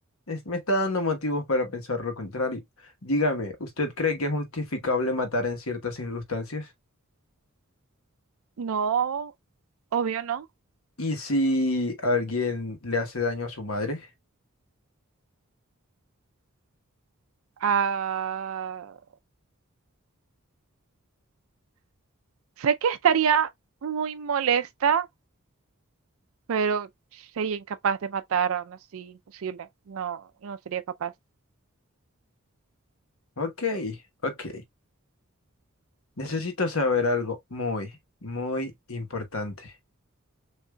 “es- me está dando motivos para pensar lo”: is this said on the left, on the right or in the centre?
Left